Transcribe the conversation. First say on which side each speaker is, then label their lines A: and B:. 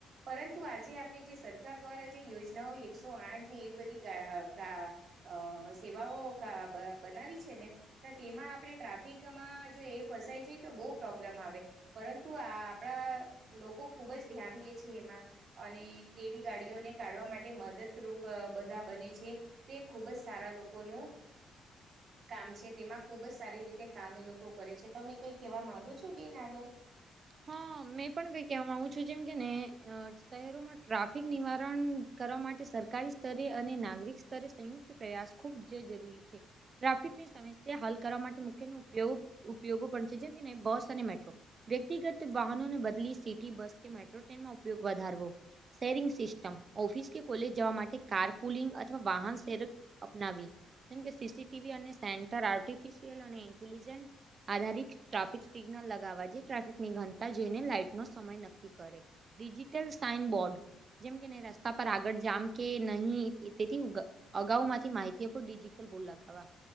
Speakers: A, on the right; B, on the right.
A: પરંતુ આજે આપણી જે સર સરકાર દ્વારા જે યોજનાઓ એકસો આઠ ની એવી બધી અ સેવાઓ બનાવી છેને. તો તેમાં આપણે ટ્રાફિકમાં જો એ ફસાય જાય તો બહુ પ્રોબ્લેમ આવે પરંતુ આ આપણા લોકો ખુબ જ ધ્યાન દે છે. એમાં અને એવી ગાડીઓને કાઢવા માટે મદદરૂપ બધા બને છે. તે ખુબ જ સારા લોકોનો કામ છે તેમાં ખુબ જ સારી રીતે કામ એ લોકો કરે છે તમે કઈ કેહેવા માંગુ છો બેન આગળ
B: હા મેં પણ કઈ કહેવા માગુ છું જેમ કે ને શહેરોમાં ટ્રાફિક નિવારણ કરવા માટે સરકારી સ્તરે અને નાગરિક સ્તરે સંયુક્ત પ્રયાસ ખૂબ જ જરૂરી છે ટ્રાફિકની સમસ્યા હલ કરવા માટે મુખ્યયો ઉપયોગો પણ છે જેમ કેને બસ અને મેટ્રો વ્યક્તિગત વાહનોને બદલી સિટી બસ કે મેટ્રો ટ્રેનમાં ઉપયોગ વધારવો શેરિંગ સિસ્ટમ ઓફિસ કે કોલેજ જવા માટે કાર પુલિંગ અથવા વાહન શેર અપનાવી જેમકે સી સી ટીવી અને સેન્ટર આર્ટફિશયલ અને ઇન્ટલજ આધારિત ટ્રાફિક સિગ્નલ લગાવા જે ટ્રાફિક નિ ઘનતા જોઈને લાઈટ નો સમય નક્કી કરે ડિજિટલ સાઈન બોર્ડ જેમ કે નહી રસ્તા પર આગળ જામ કે નહીં તેથી ઉગ અગાઉ માંથી માહિતીઓ પર ડિજિટલ બોલ લગાવા